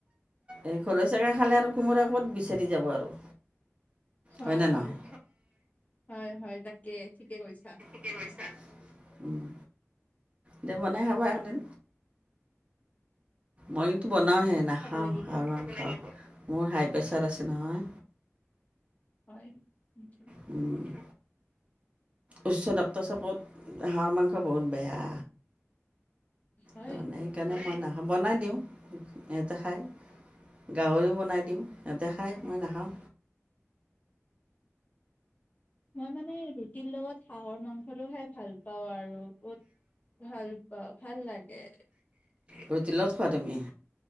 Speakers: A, on the right (about 25°); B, on the left (about 30°).
A: এই ঘৰে চাগে খালে আৰু কোমোৰা ক'ত বিচাৰি যাব আৰু
B: হয়
A: হয়নে নহয়
B: হয় হয় তাকে ঠিকে কৈছা
A: ঠিকে কৈছা উম দে বনাই খাবা একদিন মই কিন্তু বনাওঁহে
B: উম,
A: নাখাওঁ
B: খাব লাগিব
A: হাহঁৰ মাংস মোৰ হাই প্ৰেছাৰ আছে নহয়
B: হয় <unintelligible>
A: উম উচ্চ ৰক্তচাপত হাঁহৰ মাংস বহুত বেয়া
B: হয়
A: তাৰ মানে সেইকাৰণে মই নাখা বনাই দিওঁ সিহঁতে খাই গাহৰিও বনাই দিওঁ সিহঁতে খায় মই নাখাওঁ
B: মই মানে ৰুটিৰ লগত হাহৰ মাংসটো খাই ভাল পাওঁ আৰু বহুত ভাল পা ভাল লাগে
A: ৰুটি লগত খোৱা তুমি